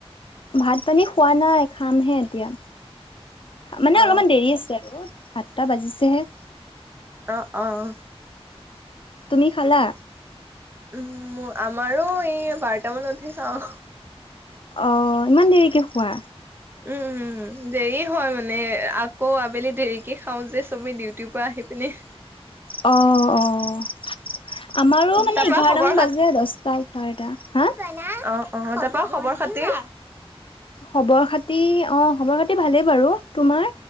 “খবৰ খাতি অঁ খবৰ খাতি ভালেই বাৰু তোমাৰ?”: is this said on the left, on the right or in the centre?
Left